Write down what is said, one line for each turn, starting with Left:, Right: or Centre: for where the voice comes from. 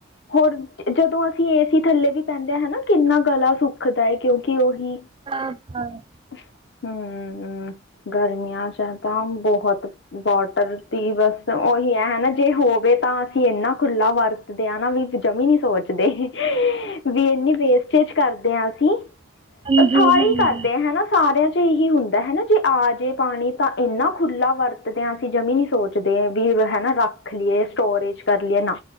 Left: ਹੋਰ ਜਦੋਂ ਅਸੀਂ ਏ ਸੀ ਥੱਲੇ ਵੀ ਪੈਂਦੇ ਹਾਂ ਹਨਾ ਕਿੰਨਾ ਗਲਾ ਸੁੱਖਦਾ ਹੈ ਕਿਉਂਕਿ ਉਹੀ
Right: ਆ
Left: <unintelligible> ਤਾਂ ਬਹੁਤ ਬੋਟਰ ਦੀ ਬਸ ਉਹੀ ਹੈ ਹਨਾ ਜੇ ਹੋਵੇ ਤਾਂ ਅਸੀਂ ਇਨਾ ਖੁੱਲਾ ਵਰਤਦੇ ਆ ਨਾ ਵੀ ਜਮੀ ਨੀ ਸੋਚਦੇ ਵੀ ਇੰਨੀ ਵੇਸਟੇਜ ਕਰਦੇ ਹਾਂ ਅਸੀਂ
Right: ਹਾਂਜੀ
Left: ਸਾਰੇ
Right: ਹਾਂ
Left: ਹੀ ਕਰਦੇ
Right: <inaudible>
Left: ਹਨਾ ਸਾਰਿਆਂ ਚ ਇਹੀ ਹੁੰਦਾ ਹਨਾ ਜੇ ਆ ਜੇ ਪਾਣੀ ਤਾਂ ਇੰਨਾ ਖੁੱਲਾ ਵਰਤਦੇ ਹਾਂ ਅਸੀਂ ਜਮੀਂ ਨੀ ਸੋਚ ਵੀ ਹਨਾ ਰੱਖ ਲਈਏ ਸਟੋਰੇਜ ਕਰ ਲਈਏ ਨਾ